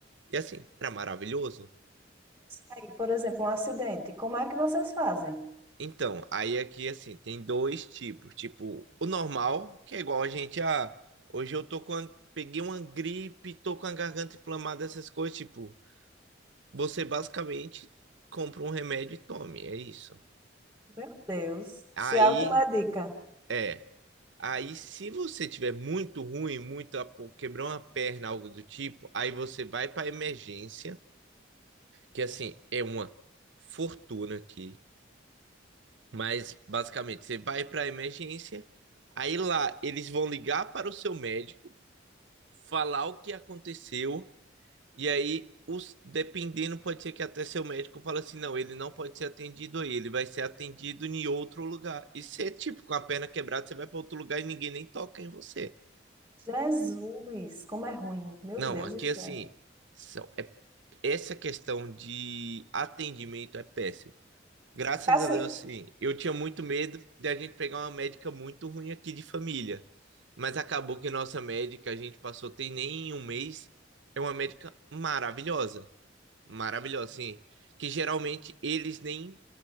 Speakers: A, on the right (about 70°); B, on the right (about 15°).
A: E assim, era maravilhoso.
B: Se aí, por exemplo, um acidente, como é que vocês fazem?
A: Então, aí aqui assim, tem dois tipos. Tipo, o normal, que é igual a gente, ah, hoje eu tô com a- peguei uma gripe, tô com a garganta inflamada, essas coisas, tipo, você basicamente compra um remédio e tome, é isso.
B: Meu Deus,
A: Aí,
B: se automedica.
A: é, aí se você tiver muito ruim, muito, ah, pô, quebrou uma perna, algo do tipo, aí você vai pra emergência, que assim, é uma fortuna aqui. Mas basicamente, você vai para a emergência, aí lá eles vão ligar para o seu médico, falar o que aconteceu, e aí os dependendo pode ser que até seu médico fala assim, não, ele não pode ser atendido aí, ele vai ser atendido em outro lugar. E se é tipo com a perna quebrada, você vai para outro lugar e ninguém nem toca em você.
B: Jesus, como é ruim. Meu
A: Não,
B: Deus
A: aqui
B: do céu.
A: assim, são, é, essa questão de atendimento é péssimo. Graças
B: Assim,
A: a Deus, sim. Eu tinha muito medo de a gente pegar uma médica muito ruim aqui de família. Mas acabou que nossa médica, a gente passou, tem nem um mês, é uma médica maravilhosa. Maravilhosa, assim. Que geralmente eles nem